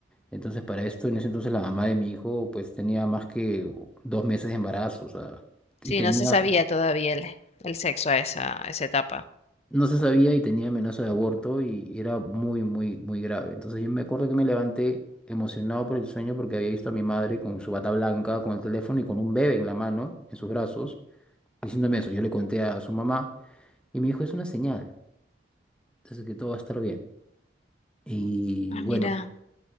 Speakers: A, in the centre; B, on the left (about 35°).
A: Entonces para esto, en ese entonces la mamá de mi hijo pues tenía más que dos meses de embarazo, o sea, y
B: Sí,
A: tenía,
B: no se sabía todavía el, el sexo a esa, a esa etapa.
A: no se sabía y tenía amenaza de aborto y, y era muy, muy, muy grave. Entonces yo me acuerdo que me levanté emocionado por el sueño porque había visto a mi madre con su bata blanca, con el teléfono y con un bebé en la mano, en sus brazos, diciéndome eso. Yo le conté a su mamá. Y me dijo, es una señal. Así que todo va a estar bien. Y
B: Ah, mira.
A: bueno,